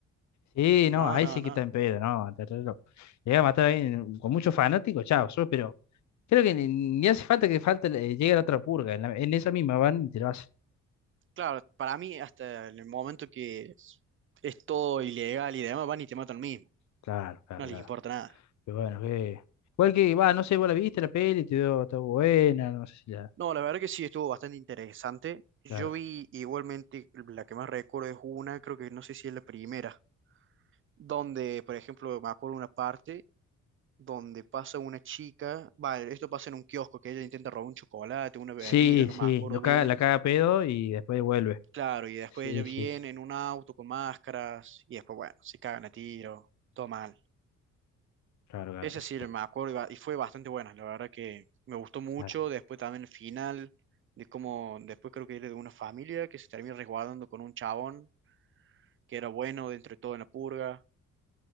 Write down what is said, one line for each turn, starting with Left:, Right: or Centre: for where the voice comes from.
Left: Sí, no,
Right: No,
Left: ahí
Right: no,
Left: sí
Right: no.
Left: que está en pedo, no, hasta el reloj. Llegas a matar a alguien con muchos fanáticos, chao, sos, pero creo que ni, ni hace falta que falte, eh, llegue la otra purga. En, la- en esa misma van y te lo hacen.
Right: Claro, para mí, hasta en el momento que es, es todo ilegal y demás, van y te matan mismo.
Left: Claro, claro,
Right: No les
Left: claro.
Right: importa nada.
Left: Pero bueno, que. Igual que, va, no sé, vos la viste la peli, te dio, está buena, no sé si la.
Right: No, la verdad que sí estuvo bastante interesante. Yo
Left: Claro,
Right: vi igualmente, la que más recuerdo es una, creo que no sé si es la primera, donde, por ejemplo, me acuerdo una parte donde pasa una chica, vale, esto pasa en un kiosco, que ella intenta robar un chocolate, una bebida,
Left: Sí,
Right: no
Left: sí,
Right: me acuerdo
Left: lo caga,
Right: bien.
Left: la caga a pedo y después vuelve.
Right: Claro, y después
Left: Sí,
Right: ella viene
Left: sí, sí.
Right: en un auto con máscaras, y después, bueno, se cagan a tiro, todo mal.
Left: claro, claro,
Right: Ese
Left: ya está.
Right: sí me acuerdo y ba- y fue bastante buena, la verdad que me gustó mucho,
Left: claro.
Right: después también el final, de cómo después creo que era de una familia que se termina resguardando con un chabón que era bueno dentro de todo en la purga.